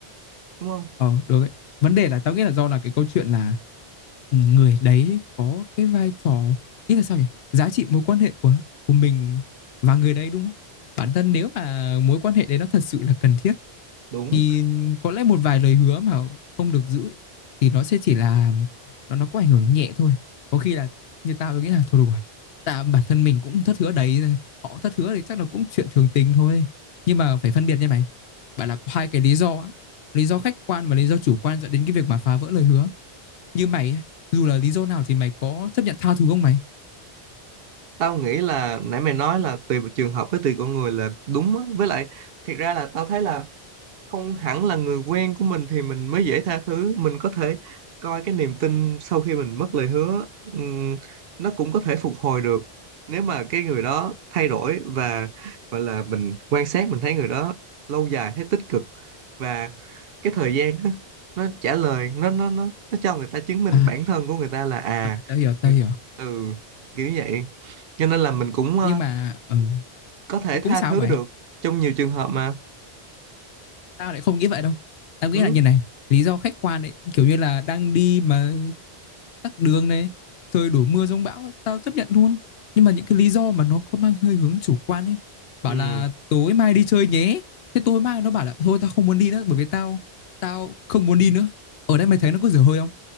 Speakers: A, on the right (about 70°); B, on the left (about 70°).
A: đúng không
B: Ờ, được ấy. Vấn đề là tao nghĩ là do là cái câu chuyện là ừ, người đấy có cái vai trò ý là sao nhỉ? Giá trị mối quan hệ của của mình và người đấy đúng không? Bản thân nếu mà mối quan hệ đấy nó thật sự là cần thiết
A: đúng
B: thì có lẽ một vài lời hứa mà không được giữ ấy, thì nó sẽ chỉ là nó nó có ảnh hưởng nhẹ thôi. Có khi là như tao nghĩ là thôi đủ rồi. Tại bản thân mình cũng thất hứa đấy, họ thất hứa thì chắc là cũng chuyện thường tình thôi. Nhưng mà phải phân biệt nha mày. Bạn là có hai cái lý do á lý do khách quan và lý do chủ quan dẫn đến cái việc mà phá vỡ lời hứa như mày ấy, dù là lý do nào thì mày có chấp nhận tha thứ không mày
A: tao nghĩ là nãy mày nói là tùy trường hợp với tùy con người là đúng á với lại thiệt ra là tao thấy là không hẳn là người quen của mình thì mình mới dễ tha thứ mình có thể coi cái niềm tin sau khi mình mất lời hứa ừm, nó cũng có thể phục hồi được nếu mà cái người đó thay đổi và gọi là mình quan sát mình thấy người đó lâu dài thấy tích cực và cái thời gian á, nó trả lời nó nó nó nó cho người ta chứng minh
B: à,
A: bản thân của người ta là à
B: à tao hiểu tao
A: người-
B: hiểu
A: ừ kiểu vậy cho nên là mình cũng ờ,
B: nhưng mà ừ,
A: có thể
B: cũng-
A: tha
B: cũng sao
A: thứ
B: mày
A: được trong nhiều trường hợp mà
B: tao lại không nghĩ vậy đâu tao nghĩ
A: ừ
B: là như này lý do khách quan ấy kiểu như là đang đi mà tắc đường này trời đổ mưa giông bão tao chấp nhận luôn nhưng mà những cái lý do mà nó có mang hơi hướng chủ quan ấy bảo
A: ừ,
B: là tối mai đi chơi nhé thế tối mai nó bảo là thôi tao không muốn đi nữa bởi vì tao tao không muốn đi nữa ở đây mày thấy nó có dở hơi không